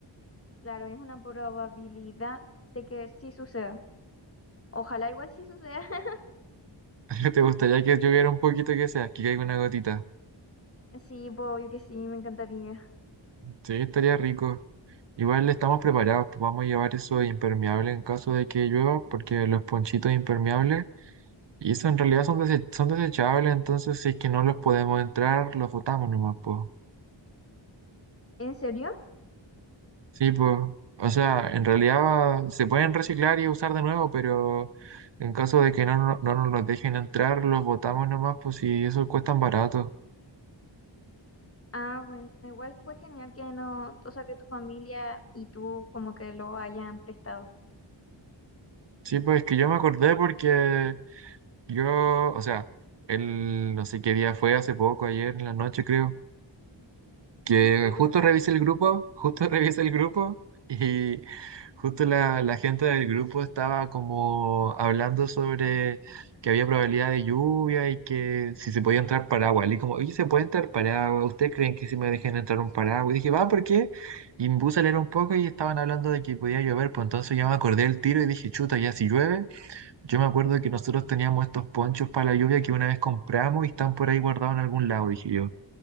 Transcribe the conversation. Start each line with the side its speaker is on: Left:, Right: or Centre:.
Left: Claro, es una probabilidad de que sí suceda. Ojalá igual sí suceda. <laughs>
Right: <laughs> ¿Te gustaría que lloviera un poquito que sea, que caiga una gotita?
Left: Sí, pues, obvio que sí, me encantaría.
Right: Sí, estaría rico. Igual estamos preparados, pues vamos a llevar eso de impermeable en caso de que llueva, porque los ponchitos impermeables, y eso en realidad son, dese- son desechables, entonces si es que no los podemos entrar, los botamos nomás, pues.
Left: ¿En serio?
Right: Sí, pues, o sea, en realidad va- se pueden reciclar y usar de nuevo, pero en caso de que no, no, no nos los dejen entrar, los botamos nomás, pues y eso cuesta barato.
Left: Ah, bueno, igual fue genial que no, o sea, que tu familia y tú como que lo hayan prestado.
Right: Sí, pues es que yo me acordé porque yo, o sea, el no sé qué día fue, hace poco, ayer en la noche creo. que
Left: Ujú.
Right: justo revisé el grupo, justo <laughs> revisé el grupo y justo la, la gente del grupo estaba como hablando sobre que había probabilidad de lluvia y que si se podía entrar paraguas. Y como, oye, ¿se puede entrar paraguas? ¿Ustedes creen que si me dejen entrar un paraguas? Y dije, va, ¿por qué? Y me puse a leer un poco y estaban hablando de que podía llover, pues entonces ya me acordé del tiro y dije, chuta, ya si llueve. Yo me acuerdo que nosotros teníamos estos ponchos para la lluvia que una vez compramos y están por ahí guardados en algún lado, dije yo.